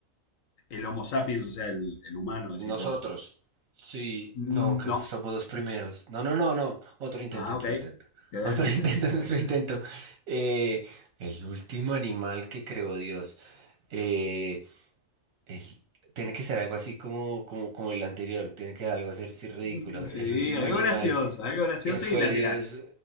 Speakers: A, on the left; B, on the right.
A: El Homo sapiens, o sea, el, el humano, decís
B: Nosotros.
A: vos.
B: Sí,
A: No.
B: no, que somos los primeros. No, no, no, no. Otro intento,
A: Ah,
B: otro
A: ok.
B: intento.
A: Te doy
B: Otro
A: otro
B: <laughs> intento,
A: intento, te doy
B: otro
A: otro intento.
B: intento. Eh, el último animal que creó Dios. Eh, el- tiene que ser algo así como, como, como el anterior. Tiene que ser algo así así ridículo.
A: <laughs> Sí,
B: El último
A: algo
B: animal
A: gracioso, algo gracioso
B: que fue
A: y lateral.
B: Dios.